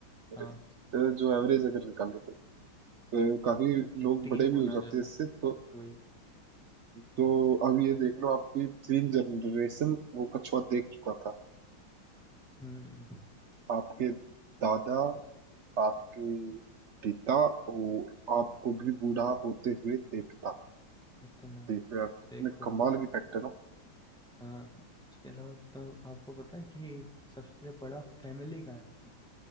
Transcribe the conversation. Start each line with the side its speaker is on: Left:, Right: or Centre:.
Right: average,
Centre: हाँ
Right: अ, जो एवरेज अगर निकाले तो अ, काफी
Centre: उससे
Right: लोग
Centre: तीन
Right: बड़े भी
Centre: गुना
Right: हो जाते
Centre: ज्यादा
Right: हैं इससे तो
Centre: वही
Right: तो अब ये देख लो आपकी तीन जनरेशन वो कछुआ देख चुका था
Centre: हम्म
Right: आपके दादा
Centre: वो तो
Right: आपके पिता और आपको भी बूढ़ा होते हुए देखता
Centre: इतना
Right: देख रहे हो आप कितने
Centre: देखो
Right: कमाल की फैक्टर
Centre: हाँ उसके अलावा तो आपको पता है कि सबसे बड़ा फैमिली कहाँ है